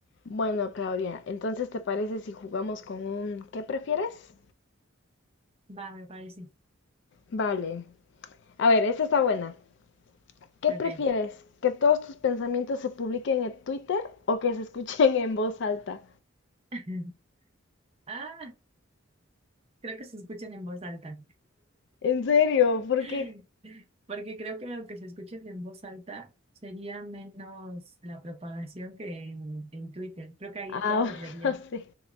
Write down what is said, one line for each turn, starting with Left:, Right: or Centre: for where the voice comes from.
Left: Bueno, Claudia, entonces ¿te parece si jugamos con un ¿qué prefieres?
Right: Va, me parece.
Left: Vale. A ver, esta está buena. ¿Qué
Right: Ok.
Left: prefieres? ¿Que todos tus pensamientos se publiquen en Twitter o que se escuchen en voz alta?
Right: <laughs> Ah, creo que se escuchen en voz alta.
Left: ¿En serio? ¿Por
Right: <laughs>
Left: qué?
Right: Porque creo que aunque se escuchen en voz alta, sería menos la propagación que en, en Twitter. Creo que ahí
Left: Ah,
Right: todos los verían
Left: <laughs> bueno, sí.